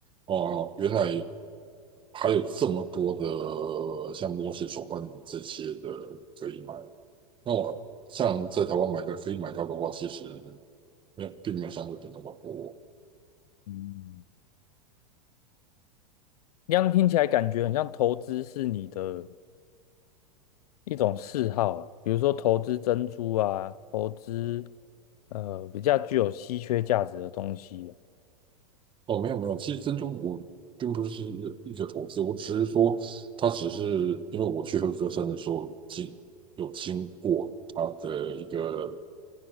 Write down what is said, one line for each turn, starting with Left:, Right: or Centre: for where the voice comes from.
Right: 啊、呃原来还有这么多的像东西手办这些的可以买，那我像在台湾买的可以买到的话，其实没有并没有相对的那么多。
Left: 嗯。这样听起来感觉很像投资是你的一种嗜好了，比如说投资珍珠啊，投资呃比较具有稀缺价值的东西啊
Right: 哦，没有没有，其实珍珠我并不是一个投资，我只是说它只是因为我去合歌山的时候经有经过它的一个